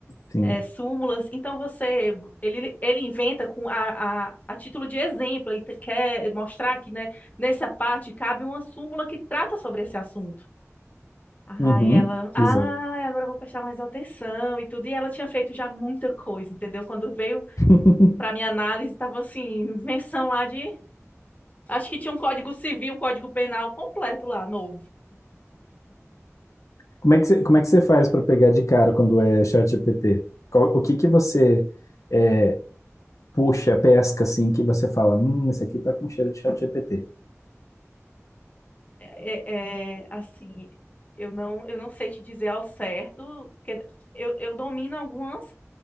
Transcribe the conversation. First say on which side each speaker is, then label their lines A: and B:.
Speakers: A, on the left; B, on the left.
A: Sim.
B: é, súmulas. Então você, ele, ele inventa com a, a, a título de exemplo. Ele te- quer mostrar que, né, nessa parte cabe uma súmula que trata sobre esse assunto. Aí
A: Uhum,
B: ela, ah,
A: exato.
B: agora eu vou prestar mais atenção e tudo. E ela tinha feito já muita coisa, entendeu? Quando veio
A: <laughs>
B: para minha análise, estava assim, invenção lá de, acho que tinha um código civil, um código penal completo lá, novo.
A: Como é que você, como é que você faz para pegar de cara quando é ChatGPT? Qual- o que que você é, puxa, pesca, assim, que você fala, hum, esse aqui tá com cheiro de ChatGPT.
B: É, é, assim, eu não, eu não sei te dizer ao certo, porque eu, eu domino algumas,